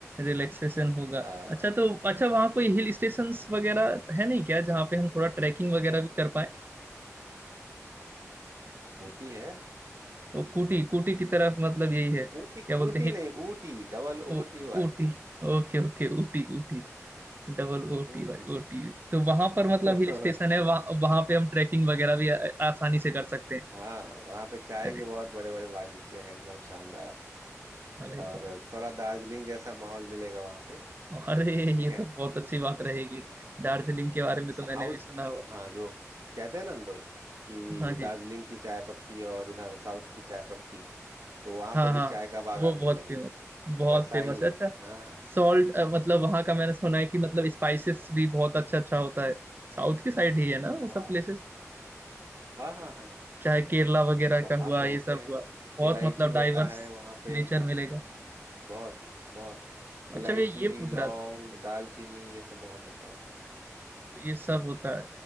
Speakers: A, on the right (about 40°); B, on the right (about 85°).
A: रिलैक्सेशन होगा
B: आ,
A: अच्छा तो अच्छा वहाँ कोई हिल स्टेशंस वगैरह है नहीं क्या जहाँ पे हम थोड़ा ट्रैकिंग वगैरह भी कर पाए
B: ऊटी है
A: वो कूटी कूटी की तरफ मतलब यही है क्या
B: ऊटी
A: बोलते
B: ऊटी
A: हैं
B: नहीं Ooty double
A: ओ,
B: O T Y
A: Ooty Okay okay Ooty Ooty double O T
B: Ooty
A: भाई ओटी तो वहां पर
B: <laughs>
A: मतलब हिल स्टेशन है वहाँ वहां पे हम ट्रैकिंग वगैरह भी आ, आसानी से कर सकते हैं
B: हाँ वहाँ पे चाय
A: अरे
B: के बहुत बड़े बड़े बागीचे हैं एकदम शानदार
A: अरे
B: और
A: वाह
B: थोड़ा दार्जिलिंग जैसा माहौल मिलेगा वहाँ पे
A: अरे
B: ठीक
A: ये
B: है
A: तो बहुत अच्छी बात रहेगी दार्जिलिंग के बारे में तो
B: साउथ
A: मैंने भी सुना हुआ
B: हाँ जो कहते हैं ना लोग कि
A: है हाँ
B: दार्जिलिंग
A: जी
B: की चाय पत्ती और उधर साउथ की चाय पत्ती तो वहाँ
A: हाँ
B: पे भी
A: हाँ
B: चाय का बागान
A: वो बहुत
B: मिलेगा
A: फेमस बहुत
B: वैसा
A: फेमस
B: ही
A: है
B: है
A: अच्छा
B: हाँ
A: सॉल्ट मतलब वहाँ का मैंने सुना है कि मतलब स्पाइसेस भी बहुत अच्छा अच्छा होता है साउथ की साइड ही है ना वो सब
B: हाँ
A: प्लेसेस
B: हाँ हाँ हाँ हाँ हाँ।
A: चाहे केरला वगैरह
B: वहाँ
A: का हुआ
B: पे होते
A: ये सब
B: हैं
A: हुआ बहुत
B: इलायची
A: मतलब डाइवर्स
B: होता है वहाँ पे
A: नेचर मिलेगा
B: बहुत बहुत
A: अच्छा
B: इलायची
A: भैया ये पूछ रहा
B: लौंग
A: था
B: दालचीनी ये सब बहुत होता है वहाँ
A: ये सब होता है